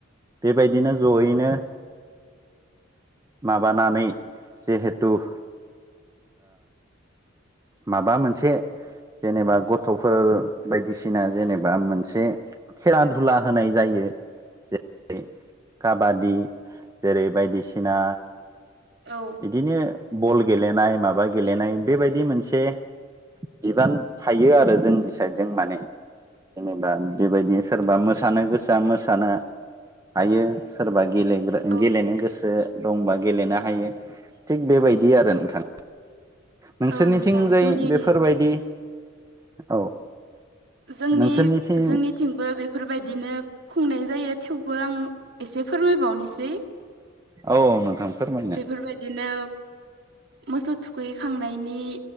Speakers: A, on the right; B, on the right.
A: बेबायदिनो ज'यैनो माबानानै जिहेथु ओ माबा मोनसे जेनेबा गथ'फोर बायदिसिना जेनेबा मोनसे खेला धुला होनाय जायो। जे रै काबादि जेरै बायदिसिना
B: औ
A: बिदिनो बल गेलेनाय माबा गेलेनाय बेबायदि मोनस से बिबान थायो आरो जोंनि साइदजों माने जेनेबा बेबायदि सोरबा मोसानो गोसोआ मोसानो हायो सोरबा गेलेग्रा
B: औ
A: गेलेनो गोसो दंबा गेलेनो हायो। थिग बेबायदि आरो नोंथां। नोंसोरनिथिंजाय
B: औ नोंथां जोंनि
A: बेफोरबायदि औ
B: जोंनि
A: नोंसोरनिथिं
B: जोंनिथिंबो बेफोरबायदिनो खुंनाय जायो थेवबो आं एसे फोरमायबावनिसै।
A: औ नोंथां। फोरमायनो
B: बेफोरबायदिनो मोसौ थुखैखांनायनि